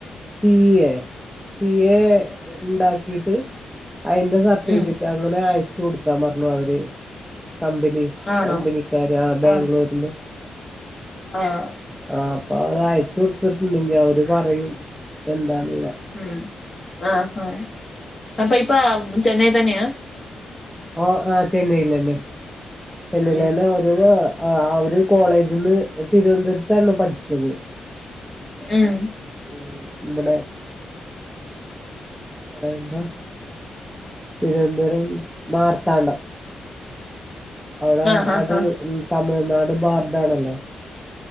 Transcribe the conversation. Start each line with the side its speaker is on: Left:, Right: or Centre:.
Centre: സി എ സി എ ഇണ്ടാക്കിട്ട് അതിന്റെ സർട്ടിഫിക്കററ്റാൾ
Left: ഉം
Centre: ങ്ങനെ അയച്ചു കൊടുക്കാപറഞ്ഞു അവര് കമ്പനി
Left: ആണോ
Centre: കമ്പനിക്കാര് ആ ബാംഗ്ലൂർന്ന്
Left: ആഹ് ആഹ്
Centre: ആ അപ്പൊ അത് അയചൊട്ത്തിട്ടുണ്ട് ഞ്ഞി അവര് പറയും എന്താന്ന്ള്ളേ
Left: ഉം ആഹഹ അപ്പൊ ഇപ്പ ചെന്നൈ തന്നെയാ
Centre: ഓ ആ ചെന്നൈലെന്നെ ചെന്നൈൽന്നെ
Left: ഉം
Centre: ആ ഒരു കോളേജ്ന്ന് തിരുവന്തുര്ത്താണ് പഠിച്ചത്
Left: ആഹ്
Centre: ഊം ബടെ എന്താ തിരുവന്തുരം മാർത്താണ്ഡം അവടെ
Left: ആഹ് ആഹ്
Centre: അത് തമിഴ്നാട് ബാതാണല്ലോ